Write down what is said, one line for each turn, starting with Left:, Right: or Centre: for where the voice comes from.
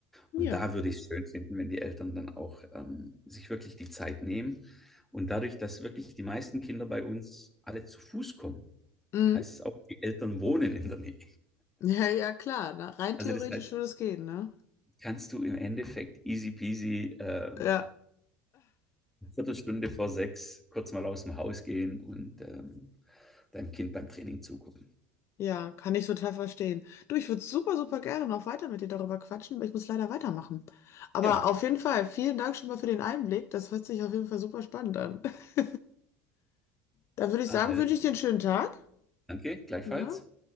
Left: ja.
Centre: Und da würde ich es schön finden, wenn die Eltern dann auch ähm, sich wirklich die Zeit nehmen. Und dadurch, dass wirklich die meisten Kinder bei uns alle zu Fuß kommen,
Left: Mhm.
Centre: heißt es auch, die Eltern wohnen in der Nähe.
Left: Ja, ja, klar. Na, rein
Centre: Also
Left: theoretisch
Centre: das heißt,
Left: würde es gehen, ne?
Centre: kannst du im Endeffekt easy peasy ähm,
Left: Ja.
Centre: eine Viertelstunde vor sechs kurz mal aus dem Haus gehen und ähm, deinem Kind beim Training zugucken.
Left: Ja, kann ich total verstehen. Du, ich würde super, super gerne noch weiter mit dir darüber quatschen, aber ich muss leider weitermachen. Aber
Centre: Ja,
Left: auf jeden Fall, vielen Dank schon mal für den Einblick. Das hört sich auf jeden Fall super spannend an. <laughs> Dann würde ich
Centre: also,
Left: sagen, wünsche ich dir einen schönen Tag,
Centre: danke, gleichfalls.
Left: ne?